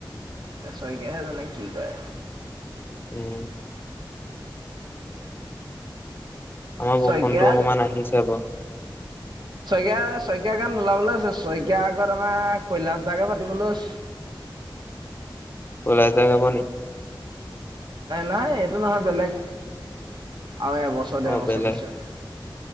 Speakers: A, on the right (about 65°); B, on the left (about 25°).
A: এ শইকীয়াহে জানে কি কৰে
B: উম আমাৰ বৰষুণটো
A: শইকীয়া
B: অকমান আহিছে বাৰ
A: শইকীয়া শইকীয়া গান ওলাবলৈ আছে শইকীয়া আগত আমাৰ কৈলাশ দাকে পাতিবলৈ আছে
B: ওলাই যাকাবনি
A: নাই এইটো নহয় বেলেগ আৰু এবছৰ ডৰ
B: অ
A: বছৰ
B: বেলেগ
A: পিছত